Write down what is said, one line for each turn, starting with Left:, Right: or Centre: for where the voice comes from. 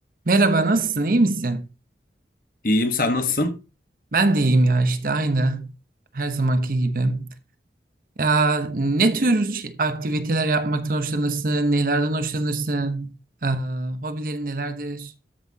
Right: Merhaba, nasılsın? iyi misin?
Left: İyiyim, sen nasılsın?
Right: Ben de iyiyim ya işte aynı. Her zamanki gibi. Ya ne tür şey- aktiviteler yapmaktan hoşlanırsın? Nelerden hoşlanırsın? Aa, hobilerin nelerdir?